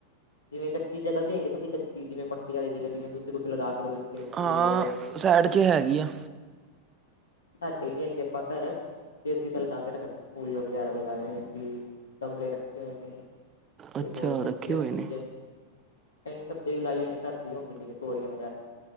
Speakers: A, on the left (about 70°); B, on the right (about 25°).
A: ਜਿਵੇਂ ਕੱਚੀ ਜਗ੍ਹਾ ਵੀ ਹੈਗੀ ਹੈ ਤੁਸੀਂ ਕੱਚੀ ਜਿਵੇ ਮੱਟੀ ਵਾਲੀ ਜਗ੍ਹ ਜਿਵੇਂ ਤੁਸੀਂ ਕੁਛ ਲਗਾ ਸਕਦੇ ਉੱਥੇ ਹੋ? ਫੁੱਲ
B: ਹਾਂ, ਸਾਈਡ
A: ਸਬਜ਼ੀਆਂ
B: ਚ ਹੈਗੀ
A: ਵਗੈਰਾ
B: ਆ
A: ਸਾਡੇ ਵੀ ਹੈਗੇ ਪਤਰ ਏਸੀ ਤਾਂ ਲਗਾ ਕੇ ਰੱਖਦੇ ਫੁੱਲ ਵਗੈਰਾ ਲਗਾਏ ਹੋਏ ਅਸੀ ਗਮਲੇ ਰੱਖੇ ਹੋਏ ਨੇ ਤੇ
B: ਅੱਛਾ
A: ਹੋਰ ਸਬਜ਼ੀਆਂ
B: ਰੱਖੇ ਹੋਏ
A: ਸੁਬੀਆਂ
B: ਨੇ
A: ਵੀ ਕਈ ਸਬਜ਼ੀਆਂ ਵੀ ਲਾਈ ਹੋਨੇ ਘਰ ਦੀ ਹੁੰਦੀ ਜਿਵੇਂ ਤੋਰੀਆਂ ਵਗੈਰਾ